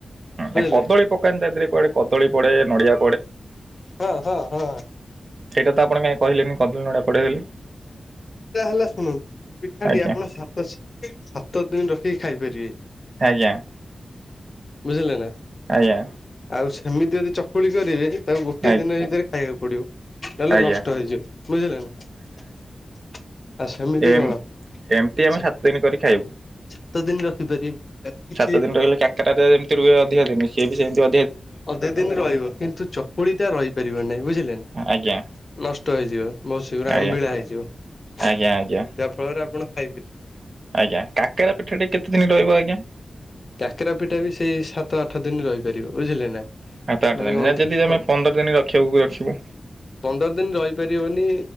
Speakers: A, on the left; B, on the right.
A: ବୁଝିଲେ
B: ହୁଁ କଦଳୀ ପକେଇନ୍ତି ତାେ ଥିରେ କୁଆଡେ? କଦଳୀ ପଡେ ନଡିଆ
A: ହଁ ହଁ ହଁ।
B: ସେଇଟା ତ ଆପଣ କାହିଁ କହିଲେନି କଦଳୀ ନଡିଆ ପଡେ ବୋଲି।
A: ପିଠା ହେଲା ଶୁଣ ପିଠାଟି
B: ଆଜ୍ଞା
A: ଆପଣ ସାତ ସାତ ଦିନ ରଖି କେ ଖାଇପାରିବେ।
B: ଆଜ୍ଞା
A: ବୁଝିଲେ ନା।
B: ଆଜ୍ଞା
A: ଆଉ ସେମିତି ଯଦି ଚକୁଳି କରିବେ ତାକୁ ଗୋଟେ
B: ଆଜ୍ଞା
A: ଦିନ ଭିତରେ ଖାଇବାକୁ ପଡ଼ିିବ। ତାଲେ
B: ଆଜ୍ଞା
A: ନଷ୍ଟ
B: ଆଜ୍ଞା
A: ହେଇଯିବ ବୁଝିଲ ନା। ଆଉ ସେମିତି
B: ଏ
A: କଣ
B: ଏମିତି ଆମେ
A: ସେ
B: ସାତ ଦିନ କରି ଖାଇବୁ।
A: ସାତ ଦିନ ରଖିପାରିବେ। କିଛି
B: ସାତ
A: ହେଇପାରୁନି
B: ଦିନ ରହିଲେ କାକରା ଟା ଯେମିତି ରୁହେ ଅଧିକ ଦିନ ସିଏ ବି ସେମତି
A: ଅଧେ ଦିନ ରହିବ କିନ୍ତୁ ଚକୁଳି ଟା ରହିପାରିବ ନାହିଁ ବୁଝିଲେ ନା
B: ଆଜ୍ଞା
A: ନଷ୍ଟ ହେଇଯିବ ବହୁତ ଶୀଘ୍ର ଆମ୍ବିଳା
B: ଆଜ୍ଞା
A: ହେଇଯିବ
B: ଆଜ୍ଞା
A: ଯାହା
B: ଆଜ୍ଞା
A: ଫଳରେ ଆପଣ ଖାଇବେ।
B: ଆଜ୍ଞା କାକେରା ପିଠାଟା କେତେ ଦିନ ରହିବ ଆଜ୍ଞା। ଆଜ୍ଞା।
A: କାକେରା ପିଠା ବି ସେଇ ସାତ ଆଠ ଦିନ ରହିପାରିବ ବୁଝିଲେ ନା।
B: ସାତ ଆଠ
A: ମାନେ
B: ଦିନ
A: ଗନ୍ଧେଇବ
B: ନା ଯଦି ଆମେ ପନ୍ଦର ଦିନ ରଖିବାକୁ ରଖିବୁ
A: ପନ୍ଦର ଦିନ ରହିପାରିବନି।